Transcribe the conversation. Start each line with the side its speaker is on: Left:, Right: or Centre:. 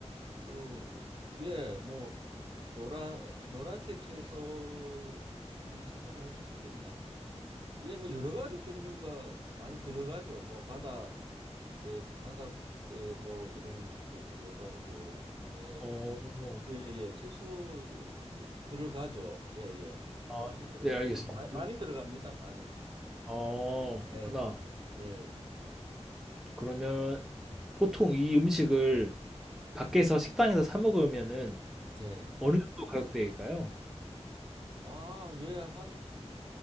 Right: 또 예, 뭐 노란 노란색 채소 그 채소를 할 수 있겠나? 예, 뭐 여러 가지 종류가 많이 들어가죠. 뭐 바다 예, 바다에 뭐 이런 것도 들어가고 네.
Centre: 어,
Right: 예, 예. 채소 주- 들어가죠. 예, 예.
Centre: 아,
Right: 채소 들어가
Centre: 네, 알겠습니다.
Right: 마- 많이, 많이 들어갑니다. 많이.
Centre: 어,
Right: 네,
Centre: 그렇구나.
Right: 네. 예, 예.
Centre: 그러면 보통 이 음식을 밖에서 식당에서 사 먹으면은
Right: 네, 네.
Centre: 어느 정도 가격대일까요?
Right: 아, 예, 한